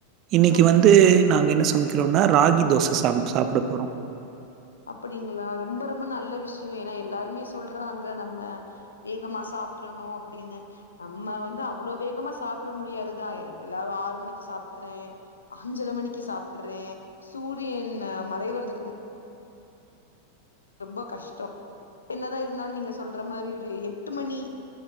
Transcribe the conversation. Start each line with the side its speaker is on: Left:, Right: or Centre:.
Right: இன்னைக்கு
Left: அப்டிங்களா
Right: வந்து நாங்க என்ன சமைக்கிறோனா ராகி தோச சா சமச்சு சாப்ட போறோ
Left: அப்டிங்களா ரொம்ப ரொம்ப நல்ல விஷ்யோ ஏனா எல்லாருமே சொல்றாங்க நம்ம வேகமா சாப்டுறனு அப்டினு நம்ம வந்து அவ்ளோ வேகமா சாப்ட முடியாதுதா எல்லாரு ஆறு மணிக்கு சாப்டுற்றே அஞ்சர மணிக்கு சாப்டுறே சூரியன் மறைவறதுக்கு மு ரொம்ப கஷ்டோ என்னதா இருந்தாலு நீங்க சொல்ற மாரி ஒரு எட்டு மணி